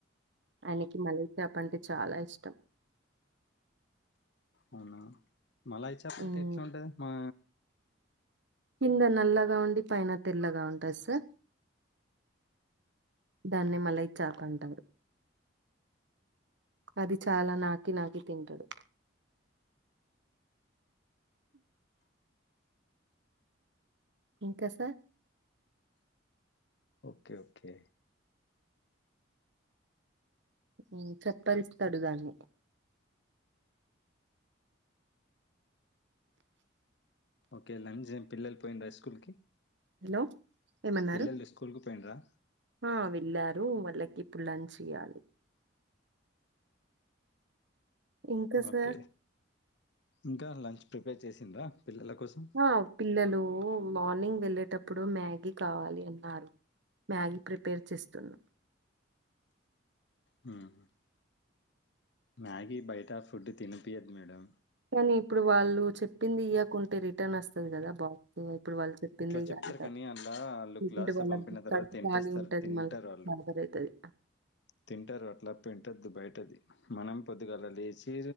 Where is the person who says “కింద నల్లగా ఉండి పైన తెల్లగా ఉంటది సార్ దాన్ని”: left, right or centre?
Right